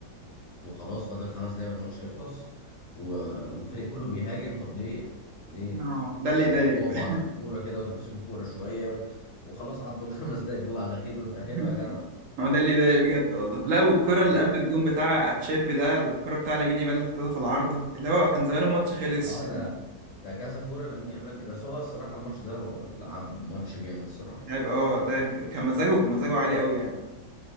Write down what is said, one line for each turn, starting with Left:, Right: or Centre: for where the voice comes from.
Left: وخلاص فاضل خمس دقايق والماتش يخلص و... والفريق كله بيهاجم طب ليه ليه
Right: اه ده
Left: ما
Right: اللي يضايق
Left: تقفوا
Right: بقى
Left: على كوره كده وتمسكوا كوره شويه و... وخلاص عدوا <laughs> الخمس دقايق دول على خير وتأهلوا
Right: <laughs>
Left: يا جدع
Right: ما هو ده اللي ضايق بجد والله لا والكرة
Left: اه
Right: اللي قبل الجون بتاع اتشيربي ده الكرة بتاع لامين يامال اللي حطيتها في العارضة اللي هو كان زمان الماتش خلص
Left: اه
Right: يعني
Left: ده ده كذا كوره لامين يامال بس هو الصراحه الماتش ده هو لعب ماتش جامد الصراحه
Right: لاعب اه لاعب كان مزاجه كان مزاجه عالي قوي يعني